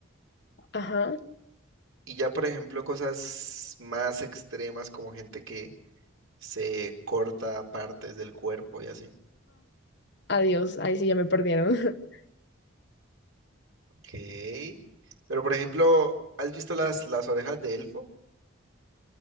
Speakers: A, on the left; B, on the right.
A: Ajá.
B: Y ya, por ejemplo, cosas más extremas como gente que se corta partes del cuerpo y así.
A: Adiós, ahí sí ya me perdieron. <laughs>
B: Ok. Pero por ejemplo, ¿has visto las, las orejas de elfo?